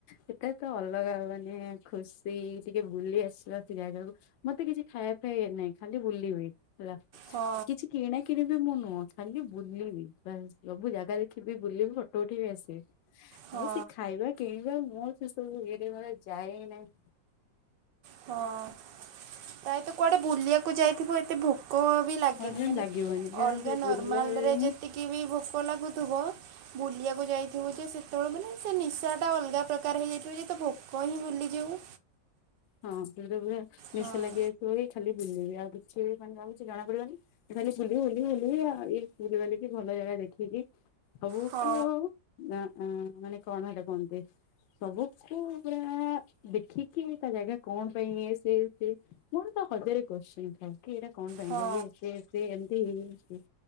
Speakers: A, on the left; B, on the right.
A: ସେଟା ତ ଅଲଗା ମାନେ ଖୁସ୍ ସି ଟିକେ ବୁଲି ଆସିବା ସେ ଜାଗାକୁ ମତେ କିଛି ଖାଇବା ଫାଇବା ନାଇଁ ଖାଲି ବୁଲିବି ହେଲା।
B: ହଁ
A: କିଛି କିଣା କିଣିବେ ମୁଁ ନୁହଁ ଖାଲି ବୁଲିବି ବାସ୍ ସବୁ ଜାଗା ଦେଖିବି, ବୁଲିବି, ଫଟୋ ଉଠେଇ ଆସିବି।
B: ହଁ
A: ଆଉ ସେ ଖାଇବା କିଣିବା ମୋର ସେ ସବୁ ଇଏରେ ମାନେ ଯାଏ ହି ନାହିଁ।
B: ହଁ କାଇଁ ତୁ କୁଆଡେ ବୁଲିବାକୁ ଯାଇ ଥିବୁ ଏତେ ଭୋକ ବି ଲାଗେନି
A: ମତେ
B: ମାନେ
A: ଲାଗିବନି କାରଣ
B: ଅଲଗା
A: ସେ
B: ନର୍ମାଲରେ
A: ବୁଲାରେ ହିଁ
B: ଯେତି କିବି ଭୋକ ଲାଗୁଥୁବ ବୁଲିବାକୁ ଯାଇଥିବୁ ଯେ ସେତେବେଳେ ମାନେ ସେ ନିଶାଟା ଅଲଗା ପ୍ରକାର ହେଇଯାଇଥିବ ଯେ ତୁ ଭୋକ ହିଁ ଭୁଲିଯିବୁ।
A: ହଁ ସେଇଟା ପୁରା ନିଶ
B: ହଁ
A: ଲାଗି ଯାଇଥିବ ଏ ଖାଲି ବୁଲିବି ଆଉ କିଛି ମାନେ ଆଉ କିଛି ଜଣା ପଡିବନି। ତୁ ଖାଲି ବୁଲିବି ବୁଲିବି ବୁଲିବି ଆଉ ଏଇ ବୁଲି ବାଲିିକି ଭଲ ଜାଗା ଦେଖିକି ସବୁକୁ
B: ହଁ
A: ଆଉ ନାଆ ମାନେ କଣ ହେଟା କୁହନ୍ତି ସବୁକୁ ପୁରା ଦେଖିକି ତା ଜାଗା କଣ ପାଇଁ ଇଏ ସେ ସେ ମୋର ତ ହଜାରେ କୋଶ୍ଚେନ୍ ଥାଏ। କି ଏଟା କଣ ପାଇଁ ହେଲା
B: ହଁ
A: ଇଏ ସିଏ ସିଏ ଏମତି <unintelligible>